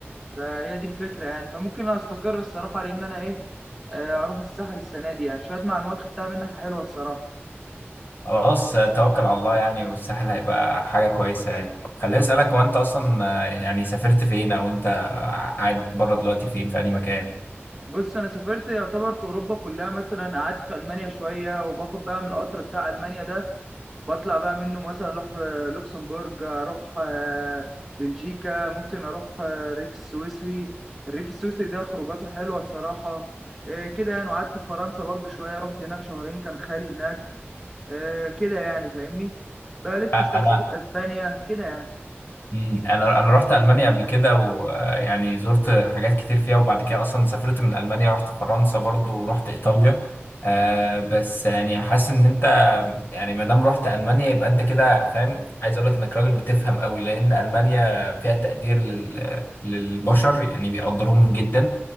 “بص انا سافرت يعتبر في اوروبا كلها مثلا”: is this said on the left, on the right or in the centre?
Centre